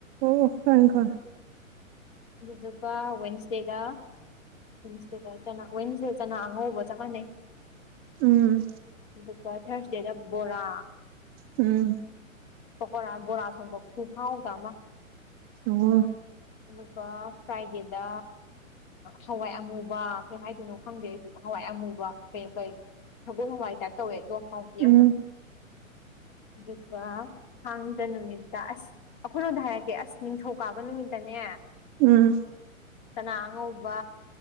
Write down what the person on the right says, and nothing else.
ꯑꯣ ꯈꯥꯏ ꯈꯥꯟ
ꯎꯝ
ꯎꯝ
ꯑꯣ
ꯎꯝ <unintelligible>
ꯎꯝ